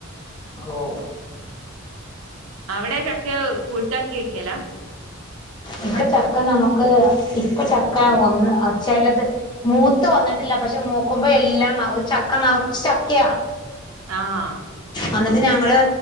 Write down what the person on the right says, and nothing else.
അവിടെ ചക്ക <unintelligible> വെയ്ക്കുവല്ല
ആഹ്